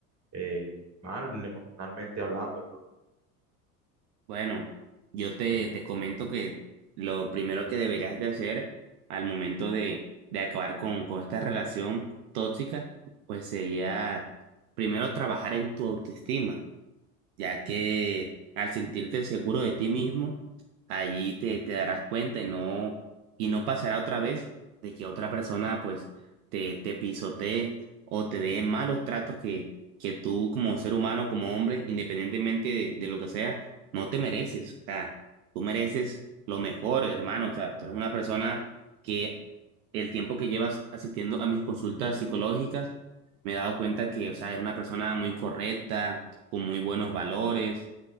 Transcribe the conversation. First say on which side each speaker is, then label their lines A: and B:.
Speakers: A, on the right; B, on the right.
A: eh, mal emocionalmente hablando, hermano.
B: Bueno, yo te, te comento que lo primero que deberías de hacer al momento de, de acabar con, con esta relación tóxica, pues sería primero trabajar en tu autoestima. ya que al sentirte seguro de ti mismo, allí te, te darás cuenta y no, y no pasará otra vez de que otra persona pues te, te pisotee o te dé malos tratos que, que tú como ser humano, como hombre, independientemente de, de lo que sea, no te mereces. O sea, tú mereces lo mejor, hermano. O sea, tú eres una persona que el tiempo que llevas asistiendo a mis consultas psicológicas, me he dado cuenta que, o sea, eres una persona muy correcta con muy buenos valores